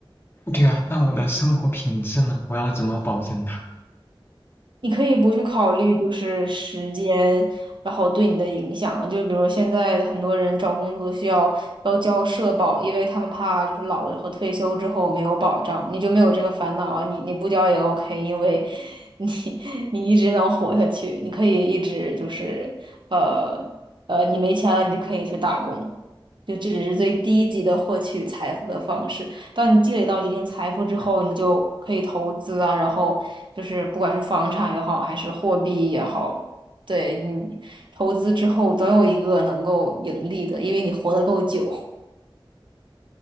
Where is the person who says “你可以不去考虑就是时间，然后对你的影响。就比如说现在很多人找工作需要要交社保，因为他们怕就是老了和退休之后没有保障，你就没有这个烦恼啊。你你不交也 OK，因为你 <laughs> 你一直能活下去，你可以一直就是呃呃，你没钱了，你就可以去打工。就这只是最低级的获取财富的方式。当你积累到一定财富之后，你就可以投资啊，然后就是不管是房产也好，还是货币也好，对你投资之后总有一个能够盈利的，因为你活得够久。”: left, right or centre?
Right